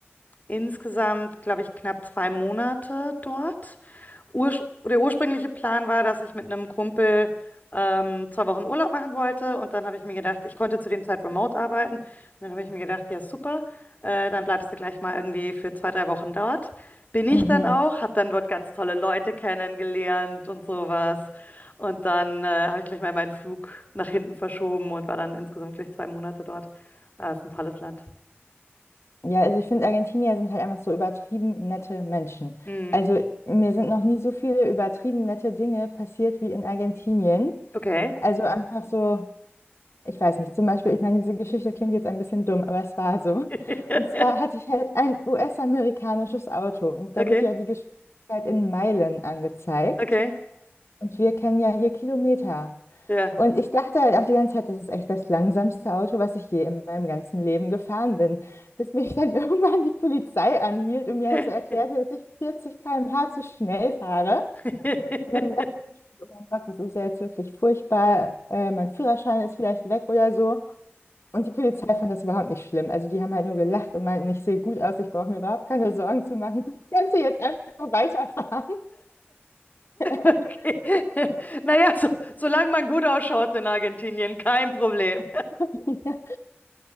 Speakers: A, on the left; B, on the left.
A: insgesamt, glaube ich, knapp zwei Monate dort. Ursch der ursprüngliche Plan war, dass ich mit einem Kumpel ähm, zwei Wochen Urlaub machen wollte und dann habe ich mir gedacht, ich konnte zu dem Zeit remote arbeiten und dann habe ich mir gedacht, ja super, äh, dann bleibst du gleich mal irgendwie für zwei, drei Wochen dort. Bin ich
B: Mhm.
A: dann auch, habe dann dort ganz tolle Leute kennengelernt und sowas und dann äh, habe ich gleich mal meinen Flug nach hinten verschoben und war dann insgesamt gleich zwei Monate dort. Ah, ist ein tolles Land.
B: Ja, also ich finde, Argentinier sind halt einfach so übertrieben nette Menschen.
A: Mhm.
B: Also mir sind noch nie so viele übertrieben nette Dinge passiert wie in Argentinien.
A: Okay.
B: Also einfach so. Ich weiß nicht, zum Beispiel, ich meine, diese Geschichte klingt jetzt ein bisschen dumm, aber es war so.
A: <laughs>
B: Und zwar hatte ich halt ein US-amerikanisches Auto und
A: Okay,
B: da wird ja die Geschwindigkeit in Meilen angezeigt
A: okay,
B: und wir kennen ja hier Kilometer.
A: ja.
B: Und ich dachte halt auch die ganze Zeit, das ist echt das langsamste Auto, was ich je in meinem ganzen Leben gefahren bin, bis mich dann <laughs> irgendwann die Polizei anhielt und mir
A: <laughs>
B: halt so erklärte, dass ich 40 km/h zu schnell fahre.
A: <laughs>
B: Und dann dachte ich, oh mein Gott, das ist ja jetzt wirklich furchtbar, äh, mein Führerschein ist vielleicht weg oder so. Und die Polizei fand das überhaupt nicht schlimm. Also die haben halt nur gelacht und meinten, ich sehe gut aus, ich brauche mir überhaupt keine Sorgen zu machen. Ich könnte jetzt einfach weiterfahren. <laughs>
A: Okay. Naja, so, solange man gut ausschaut in Argentinien, kein Problem.
B: Ähm, ja.